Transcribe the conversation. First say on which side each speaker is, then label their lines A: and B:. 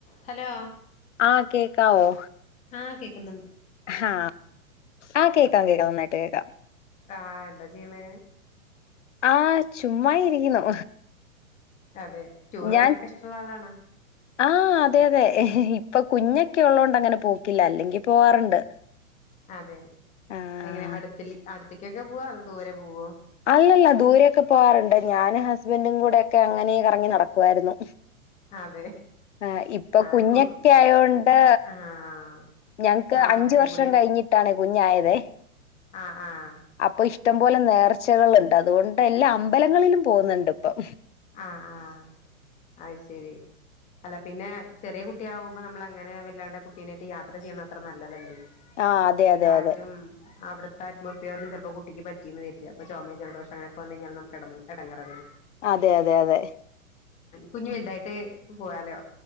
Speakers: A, on the left (about 15°); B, on the left (about 55°).
A: Hello
B: ആ കേക്കാവോ
A: ആ കേൾക്കുന്നുണ്ട്
B: ആ ആ കേക്കാം കേക്കാം നന്നായിട്ട് കേക്കാം
A: ആഹ് എന്താ ചെയ്യണേ
B: ആ ചുമ്മാ ഇരിക്കുന്നു
A: അതെ ടൂർ
B: ഞാൻ
A: പോകാനൊക്കെ ഇഷ്ടമുള്ള ആളാണോ
B: ആ അതെ അതെ ഇപ്പൊ കുഞ്ഞെ ക്ക ഉള്ളതോണ്ട് അങ്ങനെ പോക്കില്ല അല്ലെങ്കിൽ പോവാറുണ്ട്
A: അതെ
B: ആഹ്
A: എങ്ങനെ അടുത്തി അടു ഒറ്റക്കൊക്കെ പോവാ അത് ദൂരെ പോവോ
B: അല്ലല്ല ദൂരെെയൊക്കെ പോകാറുണ്ട് ഞാനും ഹസ്ബൻറും കൂടെൊക്കെ അങ്ങനെ കറങ്ങി നടക്കുവായിരുന്നു
A: അതെ
B: ആ ഇപ്പൊ
A: ആഹ്
B: കുഞ്ഞൊക്കെ
A: കു
B: ആയോണ്ട്
A: ആഹ്
B: ഞങ്ങക്ക്
A: നമ്മള്
B: അഞ്ച്
A: അവരേം
B: വർഷം
A: കൂടിയും
B: കഴിഞ്ഞിട്ടിണ് കുഞ്ഞയതേ
A: ആഹ് ആഹ്
B: അപ്പ ഇഷ് ടംപോലെ നേർച്ചകളുണ്ട് അതുകൊണ്ട് എല്ലാ അമ്പലങ്ങളിലും പോകുന്നുണ്ട് ഇപ്പം
A: ആആഹ് അത് ശരി അല്ല പിന്നെ ചെറിയ കുട്ടി കുട്ടിയാകുമ്പോ നമ്മൾ അങ്ങനെ വല്ലാണ്ട് കുട്ടീനായിട്ട്‌ യാത്ര ചെയ്യുന്ന അത്ര നല്ലതല്ലേ
B: അ അതെ അതെ
A: ഈ കാറ്റും
B: അതെ
A: അവിടുത്തെ അറ്റ്മോസ്ഫിയറിന് ചിലപ്പോ കുട്ടിക്ക് പറ്റീന്ന് വരി അപ്പ ചുമേ ജലദോഷ അങ്ങനെ വന്നകഴിഞ്ഞാൽ നമുക്ക് ഇ ഇടങ്ങാറല്ലേ?
B: അതെ അതെ അതെ
A: കുഞ്ഞു
B: ഉം
A: വലതായിട്ട് പോവാലോ